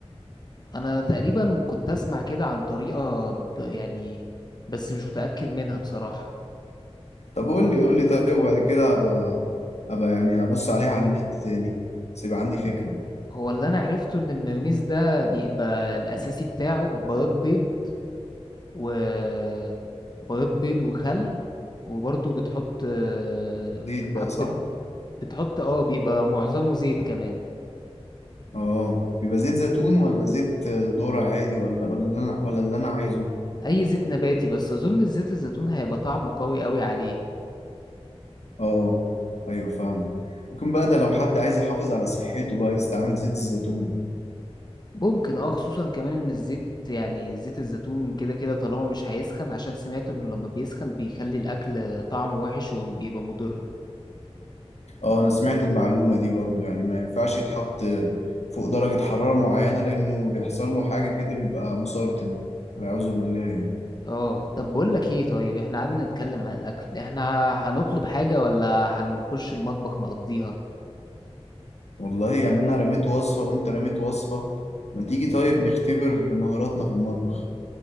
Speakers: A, on the left (about 40°); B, on the left (about 80°).
A: انا تقريبا كنت اسمع كده عن طريقة بت- يعني بس مش متأكد منها بصراحة
B: طب قول لي قول لي طيب وبعد كده ابقى ابقى يعني ابص عليها على النت تاني بس يبقى عندي فكرة
A: هو اللي انا عرفته ان المايونيز ده بيبقى الاساسي بتاعه بياض بيض وبياض بيض وخل وبرضه بتحط آه،
B: زيت بقى
A: حبة
B: صح
A: بتحط اه بيبقى معظمه زيت كمان
B: اه بيبقى زيت زيتون ولا زيت ذرة عادي ولا ولا اللي أنا- ولا اللي انا عايزه
A: اي زيت نباتي بس اظن الزيت الزيتون هيبقى طعمه قوي قوي عليه
B: اه ايوه فاهم ممكن بقى ده لو حد عايز يحافظ على صحته بقى يستعمل زيت الزيتون
A: ممكن اه خصوصا كمان ان الزيت يعني زيت الزيتون كده كده طالما مش هيسخن عشان سمعت انه لما بيسخن بيخلي الاكل طعمه وحش وبيبقى مضر
B: اه انا سمعت المعلومة دي برضو يعني ما ينفعش يتحط فوق درجة حرارة معينة لانه بيحصل له حاجة كده بيبقى مسرطن والعياذ بالله يعني
A: اه طب بقول لك ايه طيب احنا قعدنا نتكلم عن الاكل احنا هنطلب حاجة ولا هنخش المطبخ نقضيها
B: والله يعني انا رميت وصفة وانت رميت وصفة ما تيجي طيب نختبر مهاراتنا في المطبخ